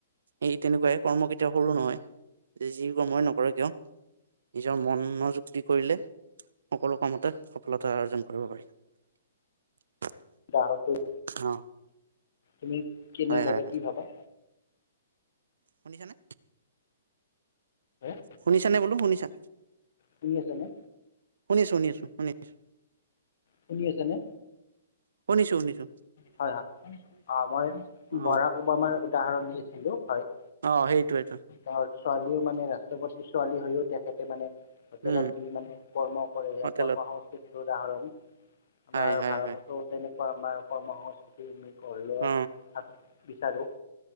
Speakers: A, on the right; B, on the left.
A: এই, তেনেকুৱাই কৰ্ম কেতিয়াও সৰু নহয়, যি কৰ্মই নকৰা কিয়। নিজৰ মনোযোগ দি কৰিলে, সকলো কামতে সফলতা আৰ্জন কৰিব পাৰি। <inaudible>
B: <unintelligible>
A: অ
B: তুমি কেনেদৰে
A: হয় হয় হয়
B: কি ভাবা?
A: শুনিছানে?
B: হয়,
A: শুনিছানে বোলো শুনিছা?
B: শুনি আছা নে?
A: শুনিছোঁ, শুনি আছোঁ, শুনি আছোঁ।
B: শুনি আছা নে?
A: শুনিছোঁ, শুনিছোঁ।
B: হয়, হয়, অ', মই
A: অ
B: বৰাক ওবামাৰ উদাহৰণ দি আছিলোঁ হয়।
A: অ'সেইটোৱে টো।
B: অহ ছোৱালীও মানে ৰাষ্ট্ৰপতি ছোৱালী হৈও তেখেতে মানে হোটেলতে
A: উম
B: যি মানে কৰ্ম কৰিলে,
A: হোটেলত
B: কৰ্ম সংস্কৃতিৰ উদাহৰণ আমাৰ
A: হয় হয়
B: ভাৰততো
A: হয়
B: তেনেকুৱা আমাৰ কৰ্ম সংস্কৃতি আমি গঢ় লোৱাৰ
A: অ
B: <unintelligible> বিচাৰোঁ।